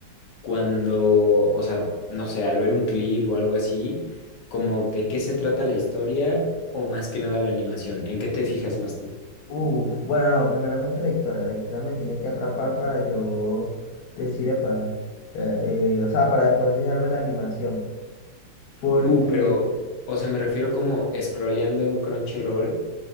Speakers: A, on the left; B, on the left.
A: cuando, o sea, no sé, al ver un clip o algo así, como de qué se trata la historia o más que nada la animación, ¿en qué te fijas más tú?
B: Uf, bueno, no, primeramente la historia. La historia me tiene que atrapar para yo decir, epa, eh, eh, eh, o sea, para después fijarme en la animación. Porque...
A: No, pero, o sea, me refiero como scrolleando en Crunchyroll,